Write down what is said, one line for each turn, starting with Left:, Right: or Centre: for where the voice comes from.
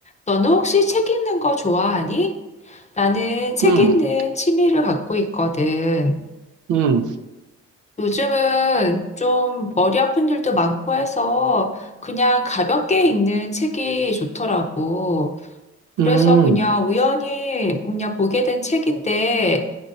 Left: 너는 혹시 책 읽는 거 좋아하니? 나는 책
Right: 음,
Left: 읽는 취미를 갖고 있거든.
Right: 음,
Left: 요즘은 좀 머리 아픈 일도 많고 해서 그냥 가볍게 읽는 책이 좋더라고. 그래서
Right: 음,
Left: 그냥 우연히 그냥 보게 된 책인데